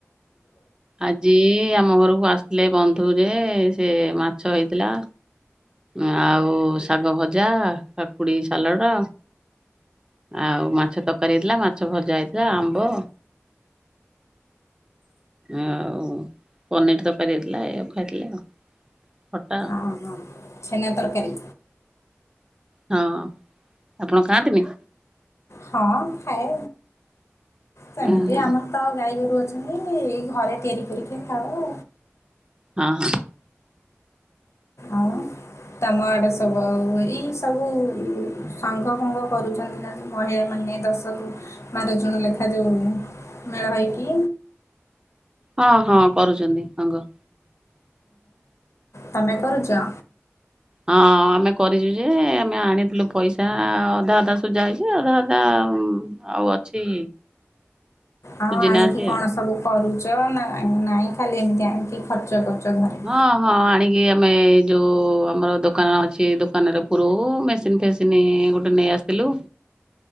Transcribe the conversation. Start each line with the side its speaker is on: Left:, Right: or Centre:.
Right: ଆଜି ଆମ ଘରକୁ ଆସିଥିଲେ ବନ୍ଧୁ ଯେ ସେ ମାଛ ହେଇଥିଲା ଆଉ ଶାଗ ଭଜା, କାକୁଡ଼ି ସାଲଡ଼, ଆଉ ମାଛ ତରକାରୀ ହେଇଥିଲା ମାଛ ଭଜା ହେଇଥିଲା ଆମ୍ବ ଆଉ ପନିର ତରକାରୀ ହେଇଥିଲା ଏଆକୁ ଖାଇଥିଲେ ଆଉ ଖଟା
Left: ଓହୋ ଛେନା ତରକାରୀ?
Right: ହଁ, ଆପଣ ଖାଆନ୍ତିନି?
Left: ହଁ ଖାଏ। ସେମିତି
Right: ଉଁ ହୁଁ
Left: ଆମର ତ ଗାଈଗୋରୁ ଅଛନ୍ତି। ଏଇ ଘରେ ତିଆରି କରିକି ଖାଅ ଆଉ।
Right: ଅ ହଁ।
Left: ଆଉ ତମ ଆଡେ ସବୁ ଆଉ ଏଇ ସବୁ ସଙ୍ଘ ଫଙ୍ଘ କରୁଛନ୍ତି ନା ମହିଳାମାନେ ଦଶକୁ ବାର ଜଣ ଲେଖା ଯୋଉ ମେଳ ହେଇକି
Right: ହଁ, ହଁ କରୁଛନ୍ତି ସଙ୍ଘ।
Left: ତୋମେ କରୁଚ?
Right: ହଁ ଆମେ କରିଚୁ ଯେ ଆମେ ଆଣିଥିଲୁ ପଇସା ଅଧା ଅଧା ସୁଜା ହେଇଛି। ଅଧା ଅଧା ଉଁ, ଆଉ ଅଛି
Left: ଆଉ
Right: ସୁଝି
Left: ଆଣିକି
Right: ନାହାନ୍ତି
Left: କଣ
Right: ଆଉ।
Left: ସବୁ କରୁଚ ନା ନାହିଁ, ନାଇଁ ଖାଲି ଏମିତି ଆଣିକି ଖର୍ଚ୍ଚ କରୁଛ ଘରେ?
Right: ହଁ, ହଁ ଆଣିକି ଆମେ ଯୋଉ ଆମର ଦୋକାନ ଅଛି ଦୋକାନରେ ପୁରଉ। ମେସିନ୍ ଫେସି ସିନି ଗୋଟେ ନେଇ ଆସିଥିଲୁ।